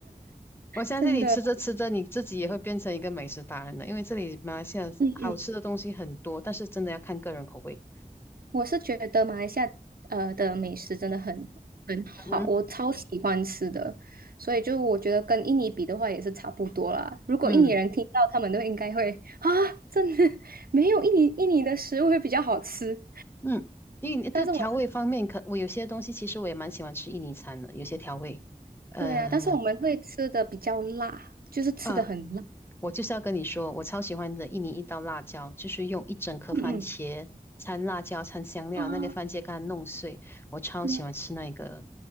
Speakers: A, on the left; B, on the right.
A: 我相信你吃着吃着，
B: 真的。
A: 你自己也会变成一个美食达人的。因为这里马来西亚好吃的东西很多，
B: 嗯嗯。
A: 但是真的要看个人口味。
B: 我是觉得马来西亚呃的美食真的很很好，
A: 嗯哼，
B: 我超喜欢吃的，所以就我觉得跟印尼比的话也是差不多啦。如果印尼人听到，
A: 嗯。
B: 他们都应该会啊，真的没有印尼印尼的食物会比较好吃。
A: 嗯，印尼的调味方面可，
B: 但是我是
A: 我有些东西其实我也蛮喜欢吃印尼餐的，有些调味，呃
B: 对啊，但是我们会吃的比较辣，就是吃的很辣。
A: 呃，我就是要跟你说，我超喜欢的印尼一道辣椒，就是用一整颗番茄掺辣椒掺香料，
B: 嗯嗯啊，
A: 那个番茄干弄碎，我超喜欢吃那个，
B: 你